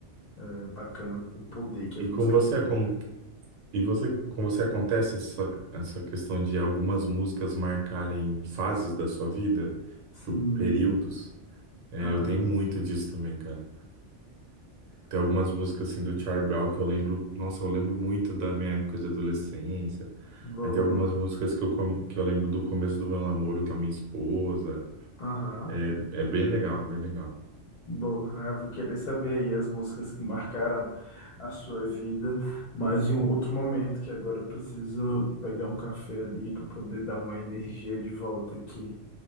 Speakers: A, on the left; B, on the right.
A: É bacana o poder que
B: E
A: a música
B: com você,
A: tem,
B: acon-
A: né?
B: e você, com você acontece essa, essa questão de algumas músicas marcarem fases da sua vida,
A: Sim.
B: tipo períodos? É,
A: Aham.
B: eu tenho muito disso também, cara. Tem algumas músicas assim do Charlie Brown que eu lembro, nossa, eu lembro muito da minha época de adolescência.
A: Boa.
B: Aí tem algumas músicas que eu, com- que eu lembro do começo do meu namoro com a minha esposa.
A: Aham.
B: É, é bem legal, bem legal.
A: Bom, ah, eu vou querer saber aí as músicas que marcaram a sua vida, mas em um outro momento, que agora eu preciso pegar um café ali para poder dar uma energia de volta aqui.